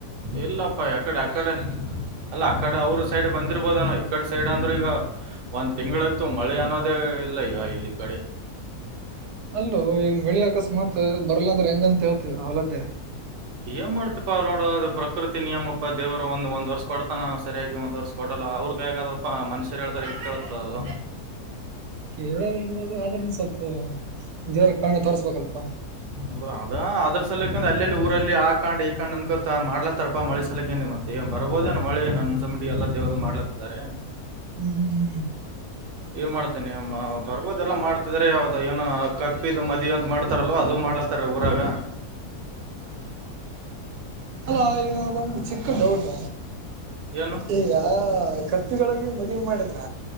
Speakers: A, on the right; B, on the right.
A: ಇಲ್ಲಪ್ಪ ಯಕಡೆ ಅಕಡೆ ಅಲ್ಲ ಅಕಡೆ ಅವ್ರ ಸೈಡ್ ಬಂದಿರ್ಬೋದನ ಈಕಡೆ ಸೈಡ್ ಅಂದ್ರರು ಈಗ ಒಂದ್ ತಿಂಗಳಾಯತು ಮಳೆ ಅನ್ನೋದೇ ಇಲ್ಲ ಈಗ ಇಲ್ಲಿ ಕಡೆ
B: ಅಲ್ಲೋ ಈಗ ಮಳಿ ಅಕಸ್ಮಾತ್ ಬರ್ಲಾಂದ್ರೆ ಹೆಂಗಂತ ಹೇಳ್ತೀಧರ <unintelligible>
A: ಏನ್ ಮಾಡ್ತಿಪಾ ನೋಡು ಪ್ರಕೃತಿ ನಿಯಮಪ್ಪಾ ದೇವರು ಒಂದ್ ಒಂದ್ ವರ್ಷ ಕೊಡ್ತಾನ ಸರಿಯಾಗಿ ಒಂದ ವರ್ಷ ಕೊಡಲ್ಲ ಅವ್ರ <unintelligible> ಮನುಷ್ಯರು ಹೇಳ್ದಾಗ ಕೇಳುತ್ತಾ ಅದು
B: ಕೇಳೋದಲ್ ಬಿಡ ಆದ್ರನು ಸ್ವಲ್ಪ ದೇವರ ಕರ್ನೆ ತೋರ್ಸ್ಬೇಕಲ್ಲಪ್ಪ
A: ಹೌ ಅದ ಅದ್ರ ಸಲಕಂದ ಅಲ್ಲ ಅಲ್ಲಿ ಊರಲ್ಲಿ ಆ ಕಂಡ್ ಈ ಕಾಂಡ್ ಅನ್ಕೋತ ಮಾಡ್ಲತ್ತಾರಪ್ಪಾ ಮಳಿ ಸಲಕೆ ಮತ್ತೆ <inaudible> ಬರಬೋದನ ಮಳಿ ನನ್ ಅನ್ಸೋ ಮಟ್ಟಿಗೆ ಎಲ್ಲಾ ದೇವ್ರು ಮಾಡಲತ್ತಿದ್ದಾರೆ
B: ಹ್ಮ್ ಹ್ಮ್ ಹ್ಮ
A: ಏನ್ ಮಾಡ್ತೇನೆ ಬರ್ಬೋದೆಲ್ಲ ಮಾಡ್ತಿದಾರೆ ಯಾವ್ದ ಏನ ಕಪ್ಪಿದ ಮದಿ ಅಂತ ಮಾಡ್ತಾರಲ್ವ ಅದು ಮಾಡ್ಲ ಹ ಥರ ಊರಾಗ
B: ಎಲಾ <unintelligible> ಚಿಕ್ಕಿ ಅದಕ್ಕ ಡೌಟ್
A: ಏನು
B: ಈಗ ಕಟ್ಟಿಗಳಿಗ ಮದುವೆ ಮಾಡಿದ್ರ